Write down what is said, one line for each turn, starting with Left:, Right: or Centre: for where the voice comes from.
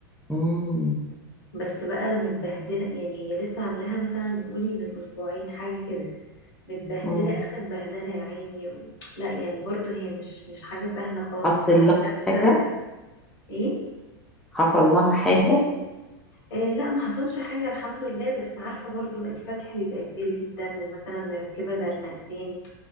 Centre: مم.
Left: بس بقى متبهدله يعني هي لسه عاملاها مثلا قولي من اسبوعين حاجه كده متبهدله
Centre: مم.
Left: اخر بهدله يا عيني و... لا يعني برضو هي مش مش حاجه سهله خالص
Centre: حصل
Left: <laughs>
Centre: لها
Left: ولابسه
Centre: حاجة
Left: ايه
Centre: حصل لها حاجة
Left: آه لا ما حصلش حاجة الحمد لله بس عارفة برضو الفتح بيبقى كبير جدا ومثلا مركبة درنقتين